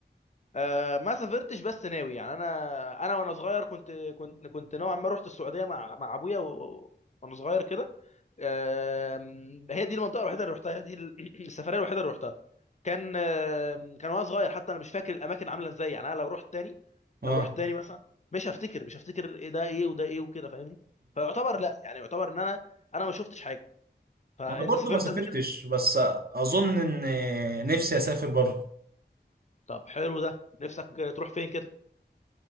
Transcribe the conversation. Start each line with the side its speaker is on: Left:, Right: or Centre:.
Left: آه، ما سافرتش بس ناوي يعني انا انا وانا صغير كنت كنت كنت نوعا ما رحت السعوديه مع مع ابويا و- وانا صغير كده آم، هي دي المنطقه الوحيده اللي رحتها هي دي ال- <clears throat> السفريه الوحيده اللي رحتها كان آم، كان وانا صغير حتى انا مش فاكر الاماكن عامله ازاي يعني انا لو رحت تاني
Right: اه
Left: لو رحت تاني مثلا مش هفتكر مش هفتكر إيه ده ايه وده ايه وكده فاهمني فيعتبر لا يعني يعتبر ان انا انا ما شفتش حاجه فانت
Right: ما انا برضه
Left: سافرت
Right: ما سافرتش
Left: قبل كده
Right: بس اظن ان نفسي اسافر بره
Left: طب حلو ده نفسك تروح فين كده